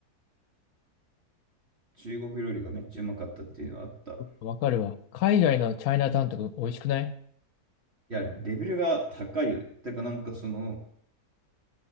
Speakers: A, on the right; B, on the left.
A: 中国料理がめっちゃうまかったっていうのはあった。い
B: わかるわ。海外のチャイナタウンとか美味しくない
A: や、でもレベルが高いよね。てかなんかその、